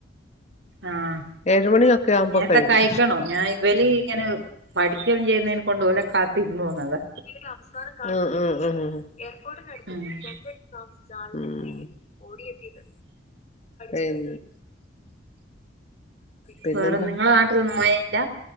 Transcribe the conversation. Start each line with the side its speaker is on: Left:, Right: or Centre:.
Right: ആഹ്
Left: ഏഴുമണിയൊക്കെ ആവുമ്പോ
Right: നേത്തെ
Left: കഴിക്കും
Right: കഴിക്കണോ ഞാൻ ഇവല് ഇങ്ങനെ പഠിക്ക ചെയ്യുന്നേനെ കൊണ്ട് ഓല കാത്തിരുന്നുന്നതാ.
Left: ഉം ഉം ഉം ഉം ഏർപ്പോട്ട്ൻ്റെ അടുത്ത്
Right: ഉം
Left: <inaudible> <unintelligible> ഓടി എത്തിയത്. എൻ പിന്നെന്താ?
Right: വേറെ നിങ്ങളെ നാട്ടിലൊന്നും മഴയില്ല